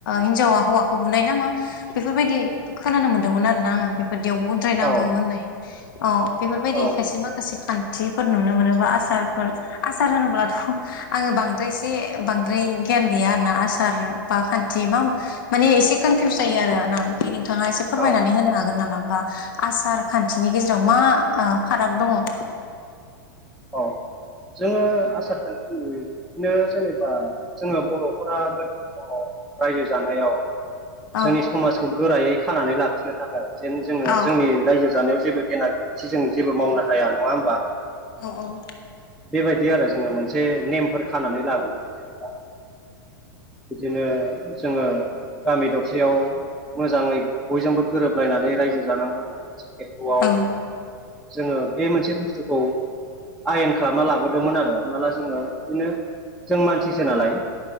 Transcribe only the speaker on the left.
हिन्जावा हौवाखौ बुनाय नामा बेफोरबायदि खोनानो मोनदोंमोन आरो ना आङो बेफोरदियावबो उद्रायनांगौ
होननाय अ बेफोरबायदि
खायसे माखासे फान थिफोर नुनो मोनोबा आसारफोर आसार होनोब्लाथ' आङो बांद्रायसे बांद्राय गिय गैया आरो ना आसार बा खान्थि मा माने एसे कनफिउस जायो आरो नोंथाङा एसे फोरमायनानै
होनोागोन नामाोमबा? आसार खान्थिनि गेजेराव मा फाराग दङ ।
औ
औ
औ औ ।
औ